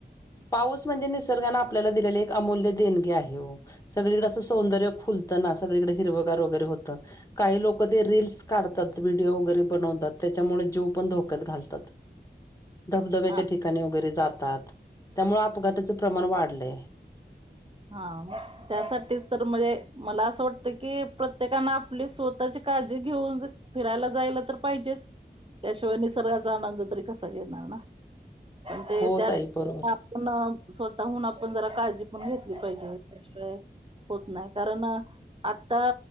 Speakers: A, on the left; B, on the right.
A: पाऊस म्हणजे, निसर्गाने आपल्याला दिलेली एक अमूल्य देणगी आहे हो. सगळीकडें असं सौंदर्य खुलतं ना. सगळीकडे हिरवगार वगैरे होतं. काही लोक ते रीलस काढतात. व्हिडिओ वगैरे बनवतात. त्याच्यामुळे जीव पण धोक्यात घालतात.
B: <inaudible>
A: धबधब्याच्या
B: हा.
A: ठिकाणी वगैरे जातात. त्यामुळे अपघाताचं प्रमाण वाढलंय.
B: हा म. त्यासाठीच तर म्हणजे, मला असं वाटतं की प्रत्येकाने आपली स्वतःची काळजी घेऊन फिरायला जायला तर पाहिजेच. त्याशिवाय निसर्गाचा आनंद तरी कसा घेणार ना. पण ते
A: हो
B: त्यात
A: ताई बरोबर
B: आपण स्वतःहून आपण जरा काळजी पण घेत ली पाहिजे. त्याशिवाय होत नाय. कारण आता